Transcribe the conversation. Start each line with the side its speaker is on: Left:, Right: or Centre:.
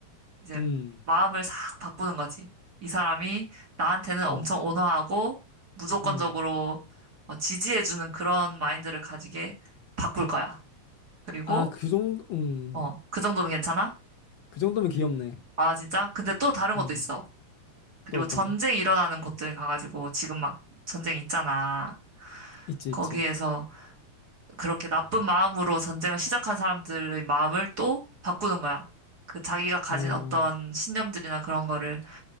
Right: 이제
Left: 음,
Right: 마음을 싹 바꾸는 거지. 이 사람이 나한테는 엄청
Left: 음,
Right: 온화하고 무조건적으로
Left: 음.
Right: 어, 지지해주는 그런 마인드를 가지게 바꿀 거야. 그리고
Left: 아, 그 정도, 음,
Right: 어, 그 정도는 괜찮아?
Left: 그 정도면 귀엽네.
Right: 아, 진짜? 근데 또 다른 것도
Left: 음,
Right: 있어. 그리고
Left: 또 어떤
Right: 전쟁
Left: 거?
Right: 일어나는 곳들 가가지고 지금 막 전쟁 있잖아.
Left: 있지,
Right: 거기에서
Left: 있지.
Right: 그렇게 나쁜 마음으로 전쟁을 시작한 사람들의 마음을 또 바꾸는 거야. 그 자기가 가진
Left: 어,
Right: 어떤 신념들이나 그런 거를